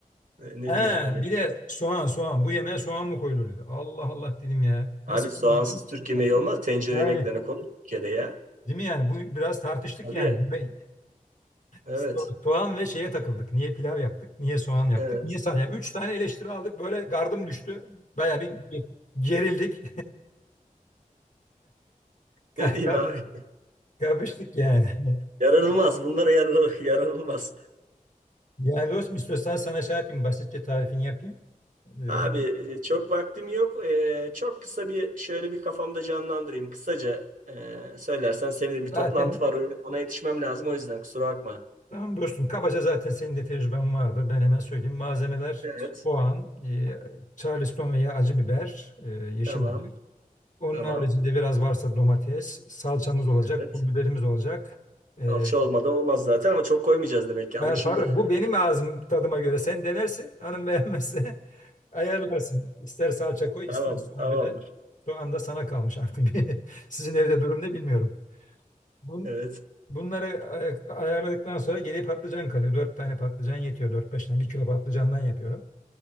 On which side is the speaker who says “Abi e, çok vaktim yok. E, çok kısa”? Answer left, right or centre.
Right